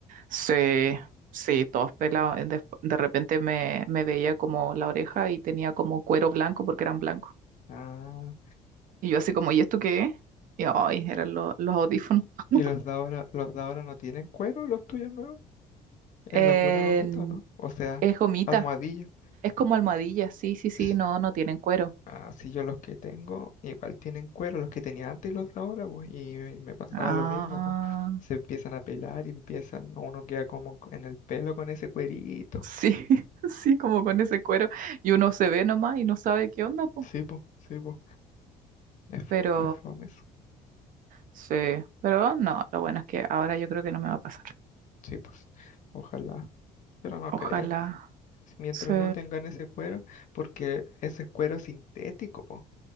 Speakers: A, on the right; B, on the left.
A: sí, sí, todos pelados. De, de repente me, me veía como la oreja y tenía como cuero blanco porque eran blancos.
B: Ah,
A: Y yo así como, ¿y esto qué es? Y ay, eran lo- los audífonos. <laughs>
B: ¿y los de ahora, los de ahora no tienen cuero, los tuyos nuevos? Es
A: En-
B: la pura gomita, ¿o ¿no? O sea,
A: es gomita,
B: almohadilla.
A: es como almohadilla, sí, sí, sí,
B: S-
A: no, no tienen cuero.
B: Así yo los que tengo, igual tienen cuero, los que tenía antes y los de ahora, pues, y, y me pasaba
A: Ah,
B: lo mismo, pues. Se empiezan a pelar y empiezan, uno queda como en el pelo con ese cuerito.
A: sí, <laughs> sí, como con ese cuero. Y uno se ve nomás y no sabe qué onda, po.
B: Sí, pues, sí, pues. Es,
A: Pero
B: es fome eso.
A: sí, pero no, lo bueno es que ahora yo creo que no me va a pasar.
B: Sí, pues, ojalá, pero no creo.
A: Ojalá.
B: Si Mientras
A: Sí.
B: no tengan ese cuero, porque ese cuero sintético, pues.